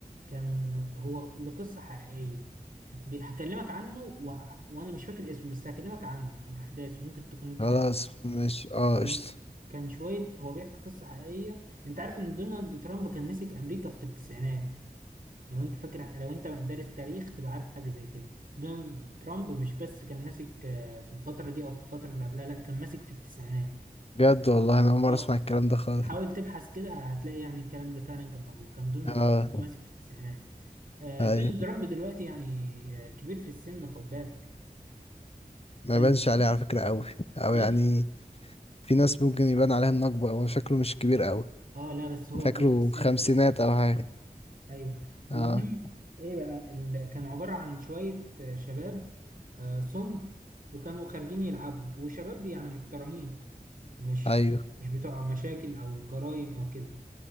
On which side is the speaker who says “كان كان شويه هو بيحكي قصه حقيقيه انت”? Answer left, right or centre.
Right